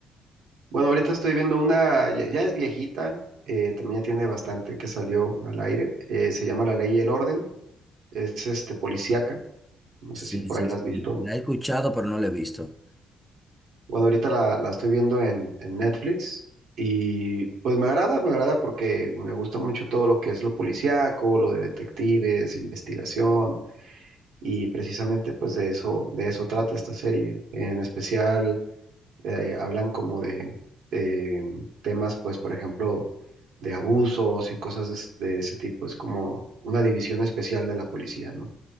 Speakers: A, on the right; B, in the centre.
A: Bueno, ahorita estoy viendo una, ya, ya es viejita, eh, también ya tiene bastante que salió al aire. eh, se llama La Ley y el Orden, es este policíaca, no
B: Sí,
A: sé si por
B: sí,
A: ahí la
B: sí.
A: has visto
B: La he escuchado, pero no la he visto.
A: Bueno, ahorita la, la estoy viendo en, en Netflix y pues me agrada, me agrada porque me gusta mucho todo lo que es lo policíaco, lo de detectives, investigación y precisamente pues de eso, de eso trata esta serie. En especial eh, hablan como de eh, temas pues por ejemplo de abusos y cosas de, es- de ese tipo. Es como una división especial de la policía, ¿no?